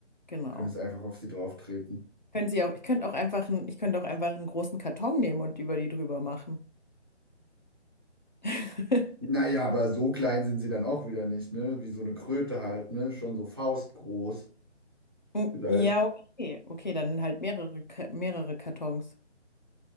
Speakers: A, on the left; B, on the right.
A: genau.
B: könntest einfach auf sie drauftreten.
A: Können Sie auch, ich könnte auch einfach einen, ich könnte auch einfach einen großen Karton nehmen und über die drüber machen. <laughs>
B: Naja, aber so klein sind sie dann auch wieder nicht, ne? Wie so eine Kröte halt, ne? Schon so faustgroß
A: Mm,
B: vielleicht.
A: Ja, okay. Okay, dann halt mehrere, Ka- mehrere Kartons.